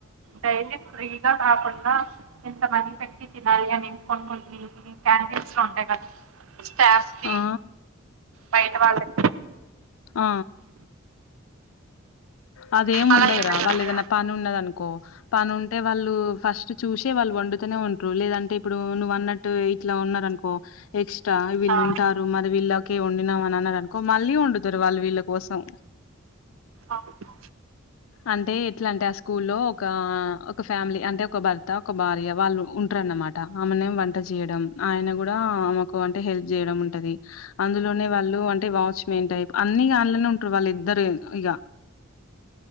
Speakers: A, on the right (about 80°); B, on the left (about 75°).
A: డైలీ ఫ్రీగా కాకుండా ఇంతమంది పెట్టి తినాలి అని కొన్నీ కొన్ని క్యాండిల్స్ లో ఉంటాయి కదా స్టాఫ్ కి
B: ఆ
A: బైటా వాళ్ళకి
B: ఆ అదేం
A: అలా
B: ఉండదురా
A: ఏమైనా
B: వాళ్ళు
A: ఉంటాయా
B: ఏదైనా పని ఉందనుకో పని ఉంటే వాళ్ళు ఫస్ట్ చూసే వాళ్ళు వండుతూనే ఉంటారు లేదంటే ఇప్పుడు నువ్వు అన్నట్టు ఇట్లా ఉన్నారు అనుకో నెక్స్ట్ వీళ్ళు
A: ఆ
B: ఉంటారు మరి వీళ్ళకే వండినాం అని అన్నారు అనుకో మళ్ళీ వండుతారు వాళ్ళు వీళ్ళ కోసం
A: అవునా
B: అంటే ఎట్లా అంటే ఆ స్కూల్ లో ఒక ఒక ఫ్యామిలీ అంటే ఒక భర్త ఒక భార్య వాళ్ళు ఉంటారు అన్నమాట ఆమెనేం వంట చేయడం ఆయన కూడా ఆమెకు వంట హెల్ప్ చేయడం ఉంటది అందులోనే వాళ్ళు అంటే వాచ్ మాన్ టైప్ అన్ని ఆడనే ఉంటారు వాళ్ళు ఇద్దరు ఇక